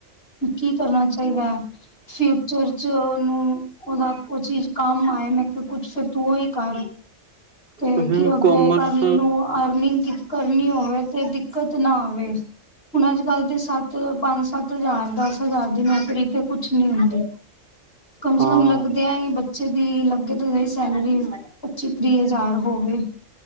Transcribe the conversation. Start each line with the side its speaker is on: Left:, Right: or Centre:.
Left: ਕੀ ਕਰਨਾ ਚਾਹੀਦਾ ਹੈ ਫਿਊਚਰ ਚ ਉਹਓਨੂੰ ਓਦਾ ਉਹ ਚੀਜ਼ ਕੰਮ ਆਏ ਮੈਂ ਕੁਛ ਫਰ ਤੂੰ ਹੀ ਕਰ ਤੇ
Right: ਹਮ
Left: ਕੀ ਅਗੋ
Right: ਕੋਮਰਸ
Left: ਕਰਨ ਨੂੰ ਅਰਨਿੰਗ ਕਰਨੀ ਹੋਵੇ ਤੇ ਦਿੱਕਤ ਨਾ ਆਵੇ ਹੁਣ ਅੱਜ ਕੱਲ ਤੇ ਸੱਤ ਪੰਜ ਸੱਤ ਹਜ਼ਾਰ ਦਸ ਹਜ਼ਾਰ ਦੀ ਨੌਕਰੀ ਤੇ ਕੁਛ ਨੀ ਹੁੰਦੀ ਕਮ ਸੇ
Right: ਹਾਂ
Left: ਕਮ ਲੱਗਦੇਿਆਂ
Right: ਹਮ
Left: ਹੀ ਬੇ ਬੱਚੇ ਦੀ ਲੱਗੇ ਤਾਂ ਸੈਲਰੀ ਪੱਚੀ ਤੀਹ ਜ਼ਾਰ ਹੋਵੇ